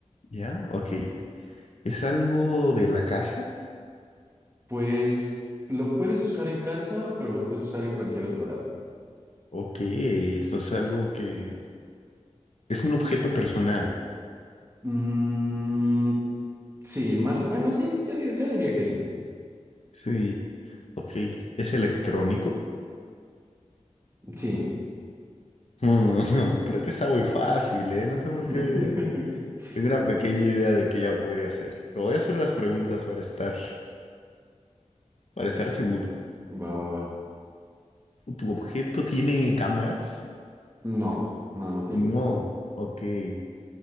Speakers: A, on the left (about 65°); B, on the right (about 25°).
A: Ya, ok. ¿Es algo de la casa?
B: Pues lo puedes usar en casa, pero lo puedes usar en cualquier otro lado.
A: Ok, esto es algo que... Es un objeto personal.
B: Mm, sí, más bueno, sí, yo, digo- yo diría que sí.
A: Sí, ok. ¿Es electrónico?
B: Sí.
A: Mm, <laughs> creo que está muy fácil, ¿eh? No sé por qué.
B: <laughs>
A: Tengo una pequeña idea de que ya podría ser. Pero voy a hacer las preguntas para estar, para
B: Ok,
A: estar seguro.
B: Va, va, va.
A: ¿Tu objeto tiene cámaras?
B: No, no, no tiene.
A: No, ok. ¿Es